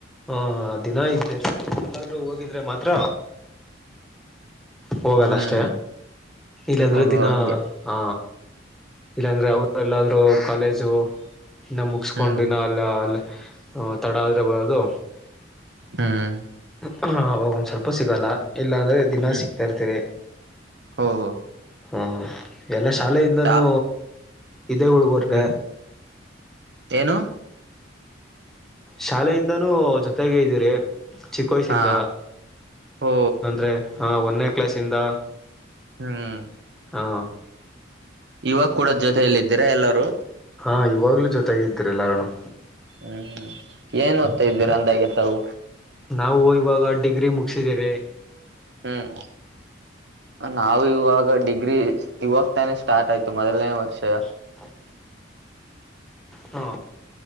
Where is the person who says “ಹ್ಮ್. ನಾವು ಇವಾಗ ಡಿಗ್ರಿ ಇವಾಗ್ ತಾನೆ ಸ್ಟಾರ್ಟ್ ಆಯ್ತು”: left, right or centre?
Right